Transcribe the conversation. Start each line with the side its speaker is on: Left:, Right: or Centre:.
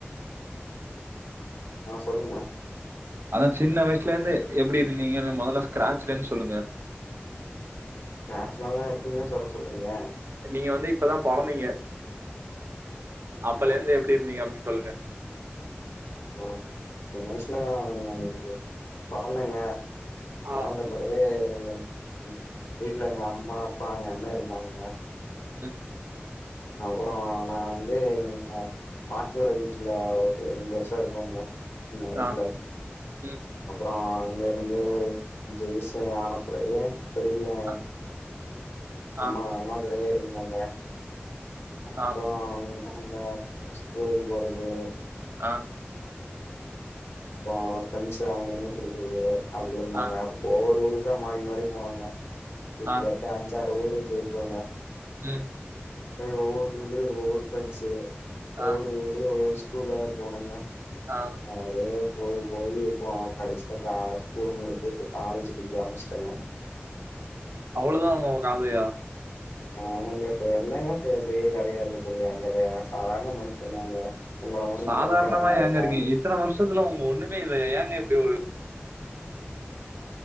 Left: ஆ சொல்லுங்க
Right: அதா சின்ன வய்சுலர்ந்து எப்டி இருந்தீங்கன்னு மொதல்ல ஸ்க்ராச்லிர்ந் சொல்லுங்க
Left: ஸ்கார்ச்லல்லா எப்டிங்க சொல்ல சொல்றீங்க
Right: நீங்க வந்து இப்பதா பொறந்தீங்க அப்பலர்ந்து
Left: ஆ
Right: எப்டி இருந்தீங்க அப்டி சொல்லுங்க
Left: நா சின்ன வய்சுல எங்க வீடு பொறந்தங்க பொறந்த
Right: ஆ,
Left: பெறவு வீட்ல எங்க அம்மா, அப்பா, எங்க அண்ண இருந்தாங்க
Right: ம்
Left: அப்பறோ நா வந்து எங்க பாட்டியோட வீட்ல ஒரு ரெண்டு வர்ஷோ இருந்தங்க சின்ன வய்ஸ்ல
Right: ஆ, ம்,
Left: அப்பறோ இங்க இருந்து ஒரு அஞ்சு வய்சு ஆன பிறவு திருப்பியு
Right: அ,
Left: அம்மா
Right: ஆ,
Left: அம்மா கூடயே இருந்தங்க அப்பறோ
Right: ஆ,
Left: அந்த <inaudible> ஸ்கூல் போறது
Right: ஆ
Left: அப்றோ ஃப்ரெண்ஸ்லா அங்கங்க பிடிக்கறது அப்பிடி இருந்தங்க
Right: ஆ,
Left: ஒவ்வொரு ஊருக்கா மாறி மாறி போனோங்க கிட்டதட்ட
Right: ஆ,
Left: அஞ்சாறு ஊருக்கு போய்ருக்கோங்க
Right: ம்
Left: அப்டே ஒவ்வொரு ஊர்லியு ஒவ்வொரு ஃப்ரெண்ஸ்ஸு ஒவ்வொரு
Right: ஆ,
Left: ஊர் லியு ஒவ்வொரு ஸ்கூலா போனங்க
Right: ஆ
Left: அப்படி ஸ்கூல் போயி அப்றோ கடசில கா ஸ்கூல் முடிஞ்சு இப்ப காலேஜு படிக்க ஆரம்பிஸ்ட்டங்க
Right: அவ்ளோதா உங்க கதையா
Left: ஆமாங்க இப்ப என்னங்க பெரிய பெரிய கதையா இருக்கபோது என்னது சாதாரண மனுஷந்தாங்க உங்கள மாரி
Right: சாதாரணமா
Left: பணக்காரனா இருந்தா
Right: ஏங்க இருக்கீங்க? இத்தன வர்ஷத்துல உங்க ஒன்னுமே இல்லயே ஏங்க இப்டி ஒரு